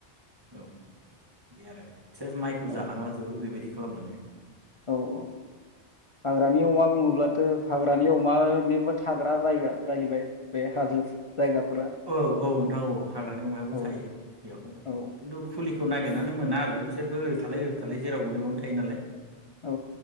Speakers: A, on the right (about 20°); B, on the left (about 45°).
A: औ बे आरो सेस माइखौ
B: औ
A: जालांला जोबो बेबायदि खालामलाङो
B: औ औ हाग्रानि अमा बुङोब्लाथ' हाग्रानि अमानिबो थाग्रा जायगा जाहैबाय बे हाजो जायगाफोरा
A: औ औ नोंथां औ हाग्रानि अमायाबो
B: औ
A: थायो बिखौ
B: औ
A: खिन्थु फुलिखौ नागिरनानै मोना आरो बिसोरबो ओरै थालाय ओरै थालाय जेराव मोनो बेयावनो थायो नालाय
B: औ